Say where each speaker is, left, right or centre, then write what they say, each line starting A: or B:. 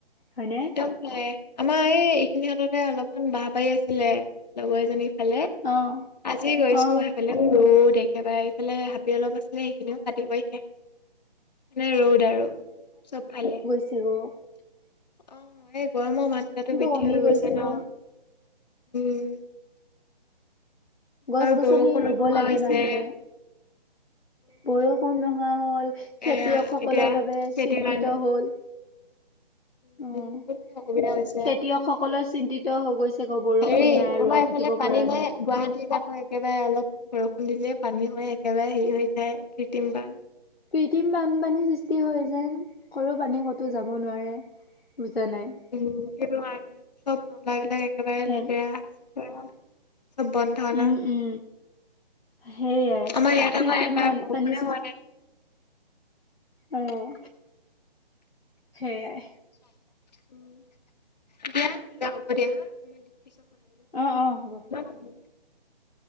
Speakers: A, on the left (about 70°); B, on the left (about 40°).
A: হয়নে
B: একদম এই আমাৰ এই এইখিনি হাততে অলপমান বা পাই আছিলে লগৰ এজনী সিফালে
A: অ
B: আজি গৈছোঁ
A: অ
B: সেইফালে ৰ'দ একেবাৰে এইফালে হাবি অলপ আছিলে সেইখিনিও কাটিবলৈ আহে এনে ৰ'দ আৰু চবফালে
A: চেৰ
B: অ এই গৰমৰ মাত্ৰাটো বৃদ্ধি
A: কমি
B: হৈ গৈছে ন
A: গ
B: উম
A: গছ
B: আৰু
A: গছনি
B: বৰষুণো
A: ৰুব
B: নোহোৱা
A: লাগে
B: হৈছে
A: মানুহে বৰষুণ নোহোৱা হ'ল খেতিয়কসকলৰ
B: এ এতিয়া
A: বাবে
B: সেইটো
A: চিন্তিত
B: কাৰণে
A: হ'ল উম
B: বহুত মানে অসুবিধা হৈছে
A: খেতিয়ক সকলৰ চিন্তিত হৈ গৈছে গ বৰষুণ
B: হেৰি
A: নাই ৰোৱা
B: আমাৰ এইফালে
A: পুতিব
B: পানী
A: পৰা
B: নাই গুৱাহাটীৰ আকৌ একেবাৰে অলপমান বৰষুণ দিলে পানী হয়ে একেবাৰে হেৰি হৈ যায় কৃত্ৰিম বান
A: কৃত্ৰিম বানপানীৰ সৃষ্টি হয় যায় কৰো পানী ক'তো যাব নোৱাৰে বুজা নাই
B: উম সেইটো কাৰণে চব নল বিলাক একেবাৰে
A: হে
B: লেতেৰা চেতেৰা চব বন্ধ
A: উম
B: ন
A: উম সেইয়াই
B: আমাৰ ইয়াত
A: কৃত্ৰিম
B: আক এবাৰ
A: বানপানী
B: বৰষুণে হোৱা নাই
A: উম সেইয়াই
B: উম দিয়া নহলে হ'ব দিয়া হা উম পিছত কথা
A: অ অ হ'ব
B: পাতিম